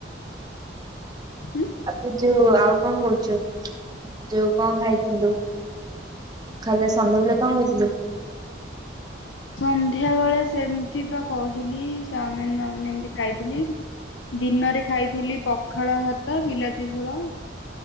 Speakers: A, on the left; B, on the right.
A: ହୁଁ।
B: ଆବେ ଯୋଉ ଆଉ କଣ କରୁଛୁ ଯୋଉ କଣ ଖାଇଥିଲୁ? ଖାଇବା ସନ୍ଧ୍ୟାବେଳେ କଣ ଖାଇଥିଲୁ?
A: ସନ୍ଧ୍ୟା ବେଳେ ସେମିତି ବା କହିଲି ଚାଉମିିନ ବାଉମିନ ଏମିତି ଖାଇଥିଲି। ଦିନରେ ଖାଇଥିଲି ପଖାଳ ଭାତ ବିଲାତି ଝୋଳ।